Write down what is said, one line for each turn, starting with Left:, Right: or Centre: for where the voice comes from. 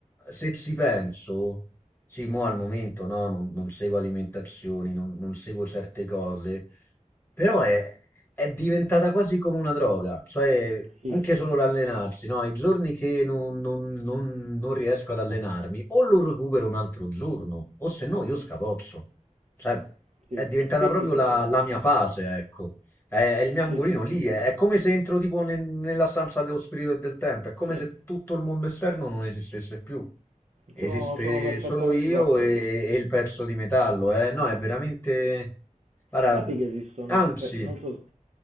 Left: se ci penso, sì, mo al momento no, non, non seguo alimentazioni, non, non seguo certe cose, però è, è diventata quasi come una droga, cioè
Right: Sì,
Left: anche
Right: sì,
Left: solo
Right: sì,
Left: l'allenarsi,
Right: sì, sì.
Left: no? I giorni che non, non- non- non riesco ad allenarmi, o lo recupero un altro giorno, o se no io scapozzo, cioè
Right: Sì,
Left: è diventata
Right: sì,
Left: proprio
Right: sì, sì,
Left: la
Right: sì, sì.
Left: la mia pace, ecco. È, è il mio angolino
Right: Sì, sì,
Left: lì,
Right: sì, sì, sì.
Left: è, è come se entro tipo nel- nella stanza dello spirito e del tempo, è come
Right: Sì,
Left: se tutto il mondo esterno non esistesse più. Esiste
Right: sono, sono perfettamente
Left: solo io
Right: d'accordo.
Left: e, e il pezzo di metallo, eh?
Right: Sono-
Left: No, è veramente... Guarda,
Right: Sappi che esistono,
Left: anzi,
Right: per- non so,